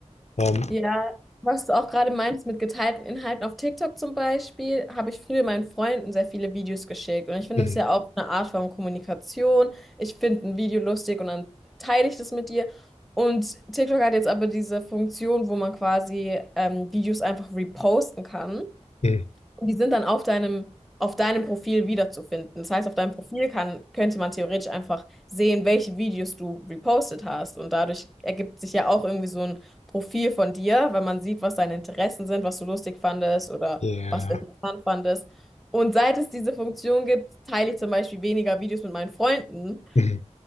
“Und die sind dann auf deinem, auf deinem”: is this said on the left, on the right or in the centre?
Centre